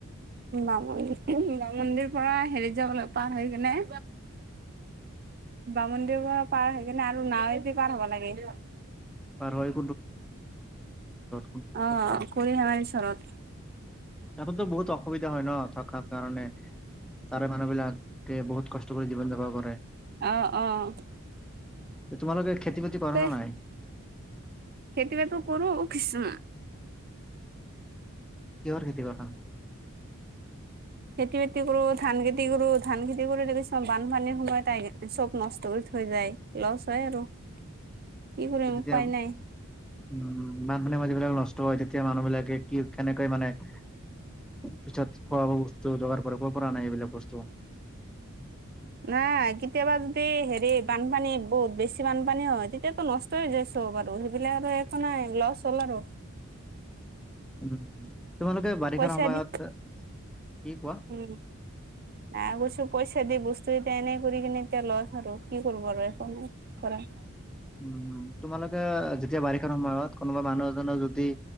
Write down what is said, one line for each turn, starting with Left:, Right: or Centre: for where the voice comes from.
Right: বামুন্দিৰ পৰা হেৰিত যাব লাগে পাৰ হৈ কেনে বামুন্দিৰ পৰা পাৰ হৈ কিনে আৰু নাৱে দি পাৰ হ'ব লাগে।
Centre: পাৰ হৈ। <unintelligible>
Right: অ
Centre: পায়
Right: <unintelligible> চৰত।
Centre: তাতেতো বহুত অসুবিধা হয় নহ থকাৰ কাৰণে? তাৰে মানুহ বিলাকে বহুত কষ্ট কৰি জীৱন-যাপন কৰে।
Right: অ, অ।
Centre: তোমালোকে খেতি-বাতি কৰা
Right: তে
Centre: না নাই?
Right: খেতি বাতি কৰোঁ। <unintelligible>
Centre: কিহৰ খেতি কৰা?
Right: খেতি বাতি কৰোঁ ধান খেতি কৰোঁ, ধান খেতি কৰোঁ <unintelligible> বানপানীৰ সময়ত আহি চব নষ্ট কৰি থৈ যায়। লছ হয় আৰু।
Centre: <unintelligible>
Right: কি কৰিম উপায় নাই
Centre: উম বানপানীৰ সময়ত যিবিলাক নষ্ট হয় তেতিয়া মানুহ বিলাকে কি কেনেকৈ মানে। অ পিছত খোৱা বস্তু যোগাৰ কৰে কৰ পৰা আনে সেইবিলাক বস্তু?
Right: নাই কেতিয়াবা যদি হেৰি বানপানী বহুত বেছি বানপানী হয় তেতিয়াতো নচ যাই চব বাৰু সেইবিলাক আৰু একো নাই লছ হ'ল আৰু।
Centre: <unintelligible> তোমালোকে বাৰিষাৰ
Right: পইচা
Centre: সময়ত,
Right: দি
Centre: কি কোৱা?
Right: উম নাই কৈছো পইচা দি বস্তু এতিয়া এনেই কৰি কিনে এতিয়া লছ আৰু কি কৰিব আৰু একো নাই। কৰা।
Centre: উম তোমালোকে যেতিয়া বাৰিষাৰ সময়ত কোনোবা মানুহ এজনৰ যদি।